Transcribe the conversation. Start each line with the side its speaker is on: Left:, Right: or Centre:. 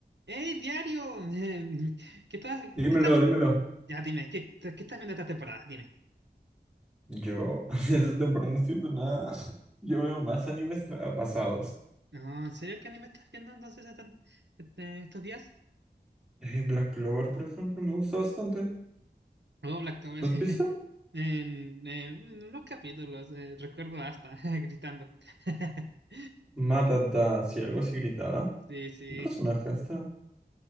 Right: Hey diario! <laughs> ¿Qué estás, qué
Centre: Dímelo,
Right: estás vi-
Centre: dímelo.
Right: Ya dime, ¿qué, qué estás viendo esta temporada? Dime.
Centre: Yo <laughs> esta temporada no estoy viendo nada. <laughs> Yo veo más animes tra- ah, pasados.
Right: No, ¿en serio qué anime estás viendo entonces a tan- este- estos días?
Centre: Eh, Black Clover, por ejemplo, me gusta bastante.
Right: Oh, Blacktober.
Centre: ¿Lo
Right: <laughs>
Centre: has visto?
Right: En, eh, en unos capítulos, eh, recuerdo hasta <laughs> gritando. <laughs>
Centre: Matata, si algo así gritaba.
Right: Sí, sí.
Centre: Un personaje hasta.